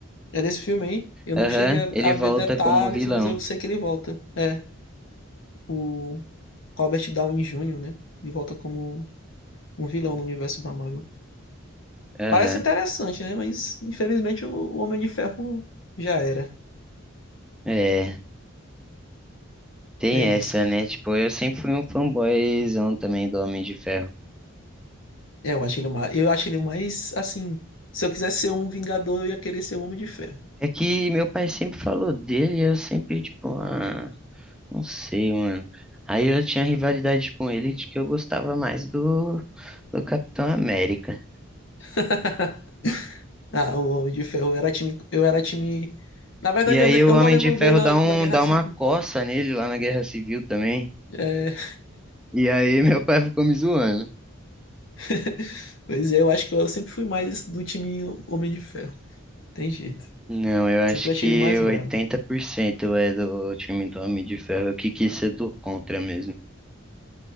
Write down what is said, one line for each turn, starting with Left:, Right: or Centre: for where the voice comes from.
Left: É desse filme aí. Eu
Centre: Aham,
Left: não cheguei a,
Centre: ele
Left: a
Centre: volta
Left: ver detalhes,
Centre: como vilão.
Left: mas eu sei que ele volta. É, o Robert Downey Jr., né? Ele volta como um vilão no universo da Marvel.
Centre: Aham.
Left: Parece interessante, né? Mas infelizmente o, o Homem de Ferro já era.
Centre: É, tem
Left: É isso.
Centre: essa, né? Tipo, eu sempre fui um fanboyzão também do Homem de Ferro.
Left: É, eu acho ele mais, eu acho ele mais, assim, se eu quisesse ser um Vingador, eu ia querer ser o Homem de Ferro.
Centre: É que meu pai sempre falou dele, e eu sempre, tipo, ah, não sei, mano. Aí eu tinha rivalidade com ele de que eu gostava mais do, do Capitão América.
Left: <laughs> Ah, o Homem de Ferro eu era time, eu era time. Na verdade,
Centre: E aí
Left: eu, ne-
Centre: o
Left: eu
Centre: Homem
Left: não lembro
Centre: de Ferro
Left: bem na,
Centre: dá
Left: na
Centre: um,
Left: Guerra
Centre: dá
Left: Civil.
Centre: uma coça nele lá na Guerra Civil também.
Left: É...
Centre: E aí <laughs> meu pai ficou me zoando.
Left: <laughs> Pois é, eu acho que eu sempre fui mais do time Homem de Ferro. Tem jeito.
Centre: Não, eu acho
Left: Sempre
Centre: que
Left: achei ele mais brabo.
Centre: 80% é do time do Homem de Ferro. Eu que quis ser do contra mesmo.